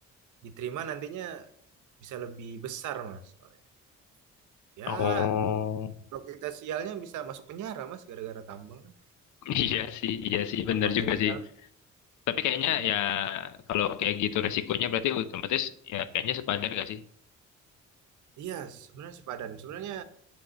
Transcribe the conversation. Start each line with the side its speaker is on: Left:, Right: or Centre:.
Right: diterima nantinya bisa lebih besar mas Soalnya, ya
Left: Oh
Right: kalau kita sialnya bisa masuk penjara mas gara-gara tambang kan.
Left: iya sih iya sih bener
Right: tambang
Left: juga
Right: ilegal
Left: sih. Tapi
Right: Hmm.
Left: kayaknya ya kalau kayak gitu resikonya berarti otomatis ya kayaknya sepadan gak sih?
Right: iya sebenarnya sepadan sebenarnya